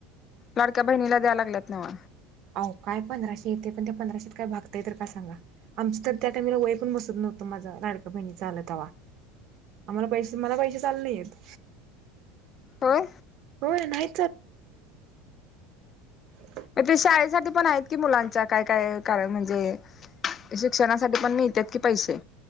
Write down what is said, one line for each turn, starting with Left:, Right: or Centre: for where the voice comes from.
Left: लाडक्या बहिणीला द्याया लागल्यात नव्ह.
Right: आय काय पंधराशे येते पण त्या पंधराशे काय भागतय तर काय सांगा आमचं तर त्या टायमांला वय पण बसत नव्हतं माझा लाडका्या बहिणीचा आलंत तवा आम्हाला पैसे मला पैसेच आलं नायेत.
Left: होय.
Right: होय नाही. <unintelligible>
Left: म ते शाळेसाठी पण आहेत कि मुलांच्या काय काय कारण म्हणजे शिक्षणासाठी पण मिळत्यात की पैसे.